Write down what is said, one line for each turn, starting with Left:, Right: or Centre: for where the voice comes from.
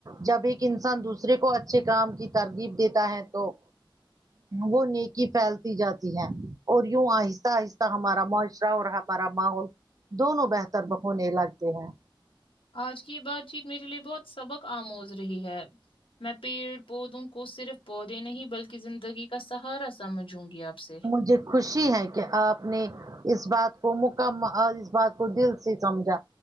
Right: جب ایک انسان دوسرے کو اچھے کام کی ترتییب دیتا ہے تو وہ نیکی پھیلتی جاتی ہے اور یوں آہستہ آہستہ ہمارا معاشرہ اور ہمارا ماحول دونوں بہتر ہونے لگتے ہیں
Left: آج کی یہ بات چیت میرے لیے بہت سبق آموز رہی ہے میں پیڑ پودوں کو صرف پودے نہیں بلکہ زندگی کا سہارا سمجھوں گی آپ سے
Right: مجھے خوشی ہے کہ آپ نے اس بات کو مکم اور اس بات کو دل سے سمجھا